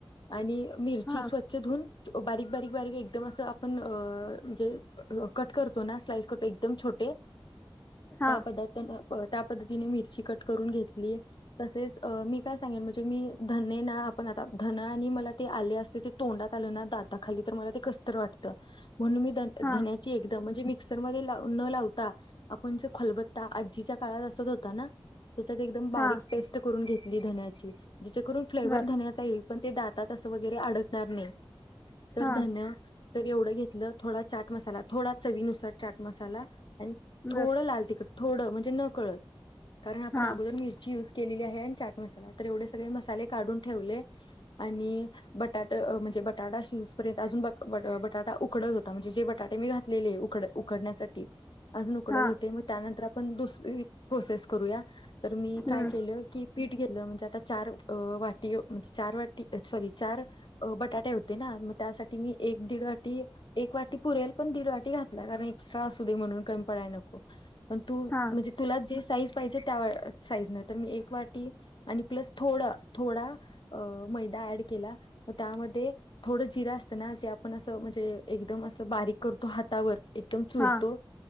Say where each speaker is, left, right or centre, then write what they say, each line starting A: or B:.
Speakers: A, on the left (about 60°); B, on the left (about 25°).
A: आणि मिरची
B: हा
A: स्वच्छ धुवून बारीक बारीक बारीक एकदम असं आपण अ म्हणजे कट करतो ना स्लाइस करतो एकदम छोटे
B: हा
A: त्या पदार्थन त्या पद्धतीने मिरची कट करून घेतली तसेच मी काय सांगेन म्हणजे मी धन ना आपण आता धन आणि मला ते आले असल की तोंडात आल ना दाताखाली तर मला ते कस तर वाटत म्हणून मी धन
B: हा
A: धन्या ची एकदम म्हणजे मिक्सरमध्ये न लावता. आपण ज खलबत्ता आजीच्या काळात असत होता ना. त्याच्यात एकदम बारीक
B: हा
A: पेस्ट करून घेतली धन्याची जिचेकरून फ्लेवर
B: बर
A: धन्याचा येईल. पण ते दातात अस वगैरे अडकणार नाही तर
B: हा
A: धन्य तर एवढं घेतलं थोडा चाट मसाला थोडा चवीनुसार चाट मसाला आणि थोडं
B: बर
A: लाल तिखट. थोडं म्हणजे न कळत कारण आपण
B: हा
A: अगोदर मिरची युज केलेली आहे आणि चाट मसाला तर एवढे सगळे मसाले काढून ठेवले आणि बटाट म्हणजे बटाटा शिजपर्यंत अजून ब बटाटा उकडत हो म्हणजे जे बटाटे मी घातलेले उकडण्यासाठी अजून उकडत
B: हा
A: होते मग त्यानंतर आप पण दुसरी प्रोसेस करूया तर मी
B: हम्म
A: काय केलं की पीठ घेतलं म्हणजे आता चार वाटी म्हणजे चार वाटी सॉरी चार अ बटाटे होते ना मग त्यासाठी मी एक दीड वाटी एक वाटी पुरेल पण दीड वाटी घातला कारण एक्स्ट्रा असू दे म्हणून कमी पडायला नको. पण तू
B: हा
A: म्हणजे तुला जे साईज पाहिजे त्या साईज न तर मी एक वाटी. आणि प्लस थोडं थोडा. अ मैदा ऍड केला. मग त्यामध्ये थोडं जिर असतं ना जे आपण असं म्हणजे. एकदम असं बारीक करतो हातावर. एकदम चुरतो.
B: हा